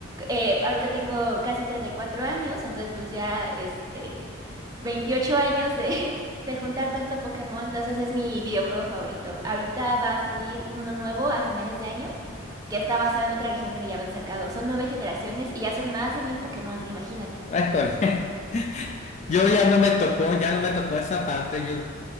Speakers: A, on the right (about 20°); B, on the left (about 35°).
A: eh, ahorita tengo casi 34 años, entonces pues ya, este, 28 años de, <laughs> de juntar tanto Pokémon, entonces es mi videojuego favorito. Ahorita va a salir uno nuevo a finales de año, que está basado en otra región que ya habían sacado. Son nueve generaciones y ya son más de mil Pokémon, imagínate.
B: Ay, joder. Yo ya no me tocó, ya no me tocó esa parte, yo